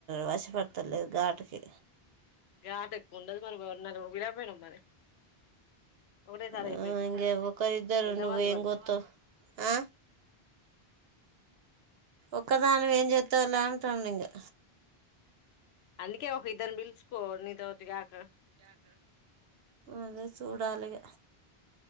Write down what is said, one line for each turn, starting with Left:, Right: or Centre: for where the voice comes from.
Right: వశపడతలేదు ఘాటుకి
Left: గాటు ఎక్కువ ఉండదు మరి నలుగురిని పిలవకపోయినావా మరి ఒకటేసారి
Right: హ
Left: అయిపోయేటివి
Right: ఒక్కారుద్దరు
Left: ఎంతమంది
Right: నువ్వు ఏం
Left: పడు
Right: కొత్తవ్ ఆ ఒక్కదానివి ఏం చేస్తాలే అంటాం ఇంగా
Left: అందుకే ఒక ఇద్దరిని పిలుచుకో నీతోటి కాక
Right: అదే చూడాలి ఇగ